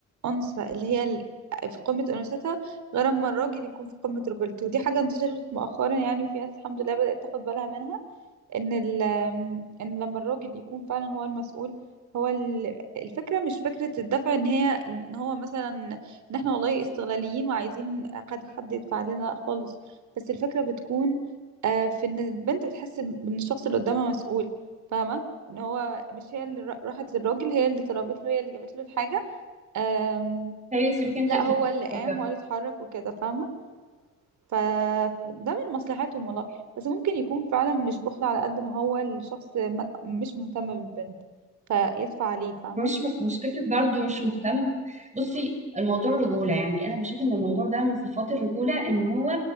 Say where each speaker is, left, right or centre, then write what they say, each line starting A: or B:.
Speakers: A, on the right; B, on the right.
A: انثى اللي هي ال- في قمة انوثتها غير اما الراجل يكون في قمة رجولته ودي حاجة انتشرت مؤخرا يعني وفي ناس الحمد لله بدأت تاخد بالها منها ان ال ان لما الراجل يكون فعلا هو المسؤول هو ال- الفكره مش فكره الدفع ان هي ان هو مثلا ان احنا والله استغلاليين وعايزين حد حد يدفع لنا لا خالص بس الفكره بتكون آه، في ان البنت بتحس ان الشخص اللي قدامها مسؤول فاهمه ان هو مش هي اللي را- راحت للراجل هي اللي طلبت له هي اللي جابت له الحاجه آم،
B: تخيلي سيبك انت
A: لا
B: اللي
A: هو
B: في
A: اللي قام
B: الرجولة.
A: هو اللي اتحرك وكده فاهمه فده من مصلحتهم والله بس ممكن يكون فعلا مش بخل على قد ما هو الشخص م- مش مهتم بالبنت فيدفع عليه فاهمة
B: مش مش فكرة برضو مش مهتم بصي الموضوع رجولة يعني أنا بشوف إن الموضوع ده من صفات الرجولة إن هو